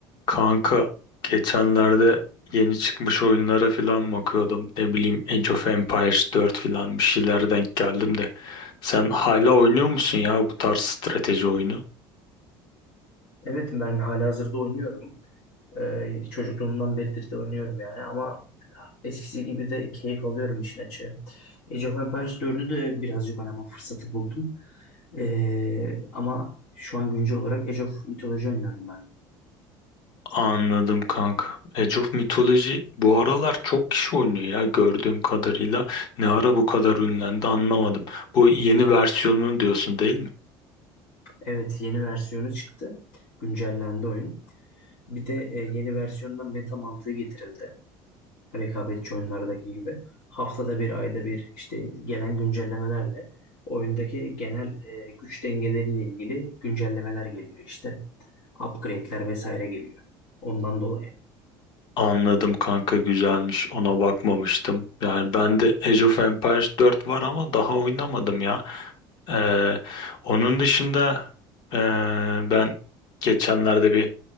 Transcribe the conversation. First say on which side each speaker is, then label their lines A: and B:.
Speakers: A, on the left; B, on the left.
A: Kanka geçenlerde yeni çıkmış oyunlara falan bakıyordum. Ne bileyim Age of Empires 4 falan bir şeylere denk geldim de. Sen hala oynuyor musun ya bu tarz strateji oyunu?
B: Evet ben halihazırda oynuyorum. Ee, çocukluğumdan beridir de oynuyorum yani ama eskisi gibi de keyif alıyorum işin açığı. Age of Empires 4'ü de birazcık oynama fırsatı buldum. Ee, ama şu an güncel olarak Age of Mythology oynuyorum ben.
A: Anladım kanka. Age of Mythology bu aralar çok kişi oynuyor ya gördüğüm kadarıyla. Ne ara bu kadar ünlendi anlamadım. Bu yeni versiyonunu diyorsun değil mi?
B: Evet yeni versiyonu çıktı. Güncellendi oyun. Bir de e, yeni versiyonda meta mantığı getirildi. rekabetçi oyunlardaki gibi haftada bir ayda bir işte gelen güncellemelerle oyundaki genel e, güç dengeleriyle ilgili güncellemeler geliyor işte. Upgrade'ler vesaire geliyor. Ondan dolayı.
A: Anladım kanka güzelmiş. Ona bakmamıştım. Yani ben de Age of Empires 4 var ama daha oynamadım ya. Ee, onun dışında ee, ben geçenlerde bir